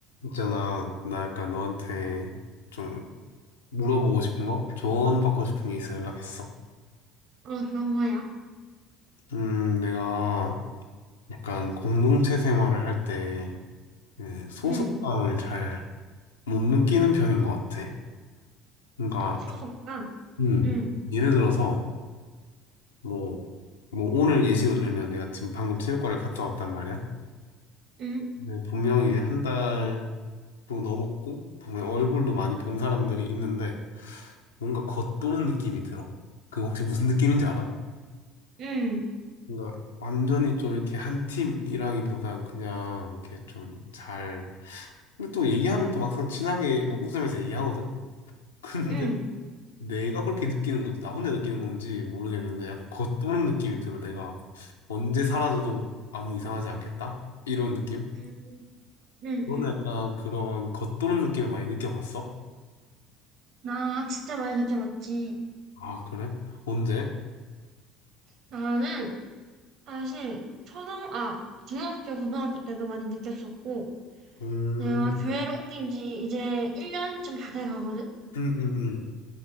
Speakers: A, on the left; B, on the right.
A: 있잖아, 나 약간 너한테 좀 물어보고 싶은 거? 조언받고 싶은 게 있어 연락했어.
B: 어, 떤 거야.
A: 음, 내가 약간 공동체 생활을 할 때, 그, 소속감을
B: 응,
A: 잘 못 느끼는 편인 것 같아. 그러니까,
B: 소속감.
A: 음,
B: 응,
A: 예를 들어서, 뭐, 뭐, 오늘 예시로 들면 내가 지금 방금 체육관을 갔다 왔단 말이야.
B: 응,
A: 근데 분명히 이제 한 달도 넘었고, 보면 얼굴도 많이 본 사람들이 있는데, 뭔가 겉도는 느낌이 들어. 그 혹시 무슨 느낌인지 알아?
B: 응,
A: 그러니까 완전히 좀 이렇게 한 팀이라기보단 그냥 이렇게 좀 잘. 근데 또 얘기하면 또 막상 친하게 막 웃으면서 얘기하거든? <laughs> 근데
B: 응,
A: 내가 그렇게 느끼는 건지, 나 혼자 느끼는 건지 모르겠는데 약간 겉도는 느낌이 들어. 내가 언제 사라져도 아무 이상하지 않겠다? 이런 느낌?
B: 응, 응, 응.
A: 너는
B: 응.
A: 약간 그런 겉도는 느낌을 많이 느껴봤어?
B: 나 진짜 많이 느껴봤지.
A: 아, 그래? 언제?
B: 나는 사실 초등, 아, 중학교, 고등학교 때도 많이 느꼈었고,
A: 음,
B: 내가 교회를 옮긴 지 이제 1년쯤 다 돼 가거든?
A: 음, 음, 음.